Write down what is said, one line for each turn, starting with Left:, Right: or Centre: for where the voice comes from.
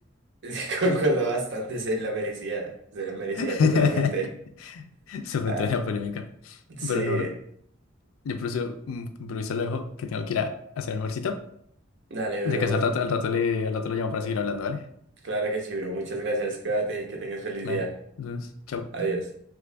Right: <laughs> Concuerdo bastante, se la merecía, se la merecía
Left: <laughs>
Right: totalmente.
Left: sobre
Right: Ah,
Left: todo en la polémica.
Right: Sí,
Left: Pero no, bro. Yo por eso, mm, con permiso, lo dejo, que tengo que ir a hacer el almuercito.
Right: dale,
Left: De
Right: bro.
Left: casa al rato, al rato le, al rato lo llamo para seguir hablando, ¿vale?
Right: Claro que sí, bro. Muchas gracias. Cuídate, que tengas feliz
Left: Vale.
Right: día.
Left: Entonces, chao.
Right: Adiós.